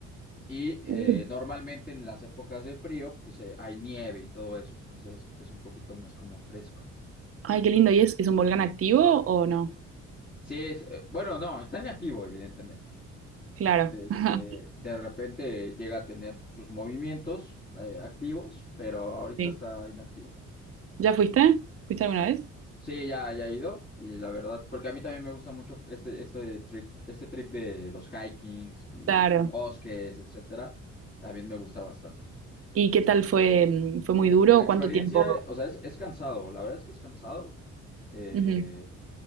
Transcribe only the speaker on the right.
Uh,
Ay, qué lindo, ¿y es, es un volcán activo o no?
Claro.
<laughs>
Sí.
¿Ya fuiste? ¿Fuiste alguna vez?
Claro.
¿Y qué tal fue? mm, ¿Fue muy duro?
¿Cuánto tiempo?
Ujú,